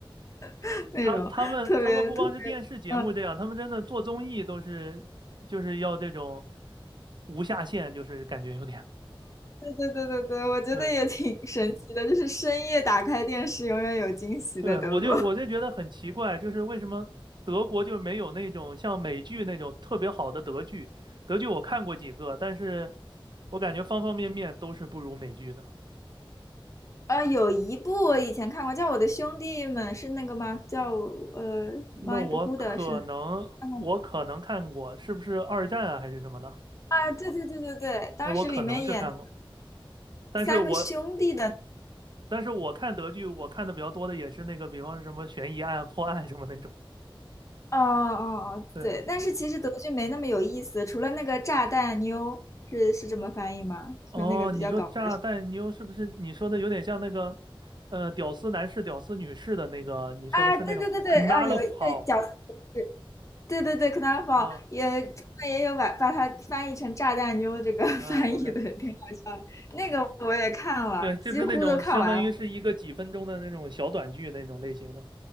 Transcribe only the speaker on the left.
<laughs> 那种，
特别特别，嗯，
对对对对对，我觉得也挺神奇的，
就是深夜打开电视，永远有惊喜在德国。
呃，有一部我以前看过，叫《我的兄弟们》，是那个吗？叫呃，My
b r o d 的是看过吗
啊，对对对对对，当时里面演
三个兄弟的，
哦哦哦，
对，但是其实德剧没那么有意思，除了那个炸弹妞是是这么翻译吗？就是那个比较搞笑
啊，对对对对啊，
有对角色也是，
对对对，Knarfall
也中文也有把把它翻译成炸弹妞这个 <laughs>
翻译的，挺搞笑的那个我也看了，
几乎都看完了。